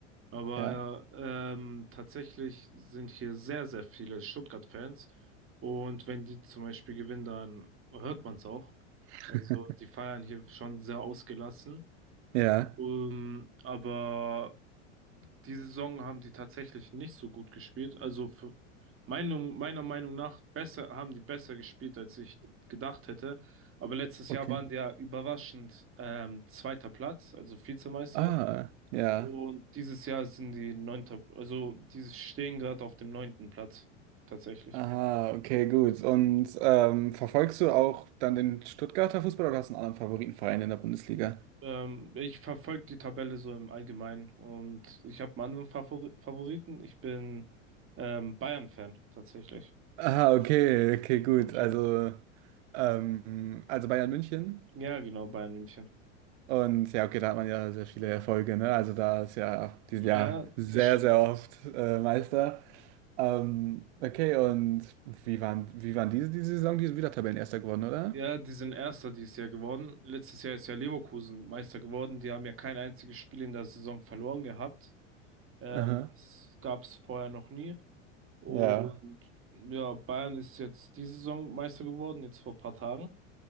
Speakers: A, on the right; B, on the right.
A: aber
B: ja.
A: ähm, tatsächlich sind hier sehr, sehr viele Stuttgart-Fans und wenn die zum Beispiel gewinnen, dann hört man es auch.
B: <laughs>
A: Also die feiern hier schon sehr ausgelassen.
B: Ja.
A: Ähm, aber Diese Saison haben die tatsächlich nicht so gut gespielt. Also für Meinung, meiner Meinung nach besser, haben die besser gespielt, als ich gedacht hätte. Aber letztes
B: Okay.
A: Jahr waren die ja überraschend ähm, zweiter Platz, also Vizemeister.
B: Ah, ja.
A: Und dieses Jahr sind die neunter, also die stehen gerade auf dem neunten Platz, tatsächlich.
B: Aha, okay, gut. Und ähm, verfolgst du auch dann den Stuttgarter Fußball oder hast du einen anderen Favoritenverein in der Bundesliga?
A: Ähm, ich verfolge die Tabelle so im Allgemeinen und ich habe einen anderen Favor Favoriten. Ich bin ähm, Bayern-Fan, tatsächlich.
B: Aha, okay, okay, gut.
A: Okay.
B: Also, ähm, also Bayern München.
A: Ja, genau, Bayern München.
B: Und ja, okay, da hat man ja sehr viele Erfolge, ne? Also da ist ja, die
A: Ja,
B: sind ja
A: das
B: sehr,
A: stimmt.
B: sehr oft äh, Meister. Ähm, okay, und wie waren, wie waren diese, diese Saison? Die sind wieder Tabellenerster geworden, oder?
A: Ja, die sind Erster dieses Jahr geworden. Letztes Jahr ist ja Leverkusen Meister geworden. Die haben ja kein einziges Spiel in der Saison verloren gehabt. Ähm,
B: Aha.
A: das gab es vorher noch nie. Und
B: Ja,
A: ja, Bayern ist jetzt diese Saison Meister geworden, jetzt vor ein paar Tagen.